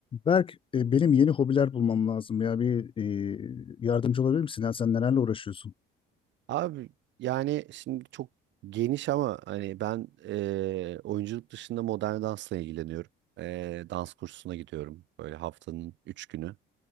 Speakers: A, on the left (about 25°); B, on the right (about 65°).
A: Berk, e, benim yeni hobiler bulmam lazım ya. Bir e, yardımcı olabilir misin? Ya sen nelerle uğraşıyorsun?
B: Abi yani şimdi çok geniş ama hani ben eee, oyunculuk dışında modern dansla ilgileniyorum. Eee, dans kursuna gidiyorum. Böyle haftanın 3 günü